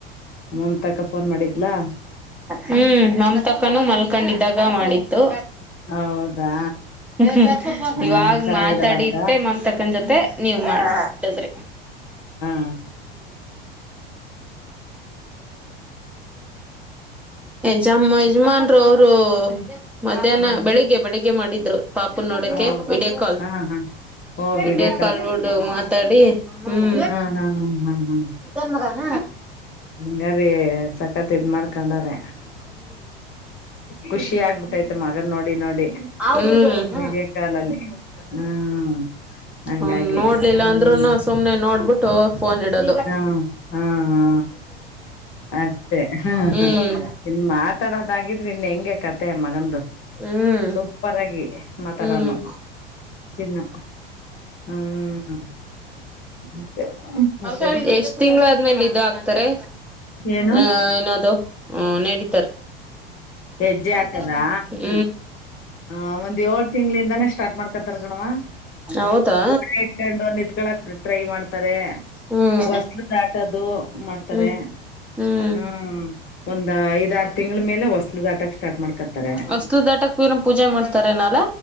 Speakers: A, on the left (about 45°); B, in the centre.
A: ಅಮ್ಮ ತಕ ಫೋನ್ ಮಾಡಿದ್ಲಾ
B: ಹ್ಮ್ ನಮ್ ತಕ್ಕನೂ ಮಲ್ಕೊಂಡಿದ್ದಾಗ ಮಾಡಿತ್ತು
A: ಹೌದಾ
B: ಹ್ಮ್
A: ಹ್ಮ
B: ಇವಾಗ್
A: ಚೆನ್ನಾಗಿದ್ದಾಳ
B: ಮಾತಾಡಿ
A: ಅಂತ
B: ಇಟ್ಟೆ ಮಮ್ತಕ್ಕನ್ ಜೊತೆ ನೀವ್ ಮಾಡಿ
A: ಹ್ಮ
B: ಜಮ್ಮ ಜಮನ್ ಅವರು ಮಧ್ಯಾಹ್ನ
A: ಹ್ಮ್
B: ಬೆಳಿಗ್ಗೆ ಬೆಳಿಗ್ಗೆ ಮಾಡಿದ್ರು ಪಾಪು ನೋಡಕ
A: ಹೌದು
B: ವಡಿಯೋ ಕಾಲ್
A: ಹಾ ಹಾ ಓ ವಿಡಿಯೋ
B: ವಡಿಯೋ ಕಾಲ್ ಬಿಡು ಮಾತಾಡಿ ಹ್ಮ
A: ಹಾ ಹಾ ಹಾ ಹಾ ಹ್ಮ
B: ಇನ್ ಬಗ ನ
A: ಹಂಗಾರೀ ಸಕತ್ ಇದ್ ಮಾಡ್ಕೊಂಡಾರೆ ಖುಷಿ ಆಗ್ಬುತೈಐತೆ ಮಗನ್ ನೋಡಿ ನೋಡಿ
B: ಹ್ಮ್
A: ಮಡಿಯ ಕಾಲಲ್ಲಿ ಹ್ಮ್ ಹಂಗಾಗಿ
B: ಅವನ್ ನೋಡ್ಲಿಲ್ಲ
A: ಹ್ಮ್
B: ಅಂದ್ರುನು ಸುಮ್ನೆ ನೋಡ್ಬಿಟ್ಟು ಫೋನ್ ಇಡೋದು
A: ಹಾ ಹಾ ಹಾ ಅಷ್ಟೆ ಹ
B: ಹ್ಮ್
A: ಇನ್ ಮಾತಾಡೋದಾಗಿದ್ರೆ ಇನ್ ಹೆಂಗೆ ಕತೆೆ ಮಗಂದು
B: ಹ್ಮ್
A: ಸೂಪರ್ ಆಗಿ ಮಾತಾಡೋನು
B: ಹ್ಮ್
A: ಚಿನ್ನು ಹ್ಮ್ ಮತ್ತೆ ಮತ್ತೆವ
B: ಹ ಎಷ್ಟ ತಿಂಗಳಾದ್ಮೇಲೆ ಇದು ಹಾಕ್ತಾರೆ
A: ಏನು
B: ಏ ಹ ನಡ
A: ಹೆಜ್ಜೆ ಹಾಕದಾ
B: ಹ್ಮ
A: ಹ ಒಂದ್ ಏಳ್ ತಿಂಗ್ಗಳಿಂದಾನೇ ಸ್ಟಾರ್ಟ್ ಮಾಡ್ಕತ್ತರ್ ಗಣವ
B: ಹೌದಾ
A: ಗೋಳ ಇಡ್ಕೊಂಡು ನಿತ್ಕೊಂಡು ಟ್ರೈ ಮಾಡ್ತಾರೆ
B: ಹ್ಮ್
A: ಹೊಸ್ಲು ದಾಟದು ಮಾಡ್ತಾರೆ
B: ಹ್ಮ್ ಹ್ಮ್
A: ಹ್ಮ ಒಂದ ಐದ ಆರು ತಿಂಗಳ ಮೇಲೆ ಹೊಸಲು ದಾಟಕ್ ಸ್ಟಾರ್ಟ್ ಮಾಡ್ಕತಾರೆ <inaudible>
B: ಅಸ್ಲು ದಾಟಕ್ ಏನೋ ಪೂಜೆ ಮಾಡ್ತಾರೆನಲ್ಲ